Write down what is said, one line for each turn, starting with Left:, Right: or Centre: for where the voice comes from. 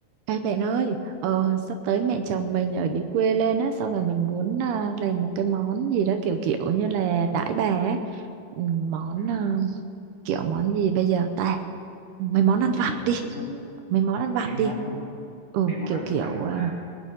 Right: Ê bạn ơi, ờ, sắp tới mẹ chồng mình ở dưới quê lên á, xong rồi mình muốn à, làm một cái món gì đó kiểu kiểu như là đãi bà á. Ừ, Món
Left: Ừ.
Right: à, kiểu món gì bây giờ ta? Mấy món ăn
Left: Nhưng
Right: vặt
Left: mà
Right: đi,
Left: ví dụ
Right: mấy món ăn vặt
Left: mấy
Right: đi.
Left: món ăn vặt
Right: Ừ,
Left: mấy món
Right: kiểu
Left: ăn
Right: kiểu
Left: vặt
Right: à,
Left: mà